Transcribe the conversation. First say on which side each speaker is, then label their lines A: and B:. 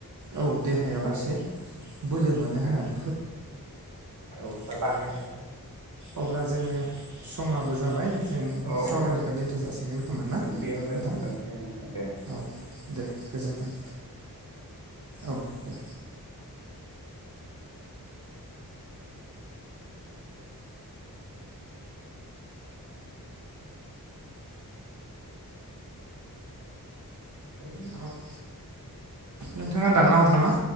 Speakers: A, on the right (about 50°); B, on the right (about 75°).
A: औ देहायाव
B: थारै
A: एसे बोलो मोनो होननानै
B: ओ औ थारैनो
A: आरो
B: नोंथां।
A: अब्ला जोङो। समाबो जाबाय जों
B: औ
A: सावरायनायखौ
B: औ
A: दोनथ' जाासिगोन खोमा ना नोंथां
B: बेयावनो दोनथ'नोसै नोंथां दे
A: औ दे गोजोन्थों। औ दे।
B: <unintelligible>
A: आब' नोंथाङा दानना हर नामा?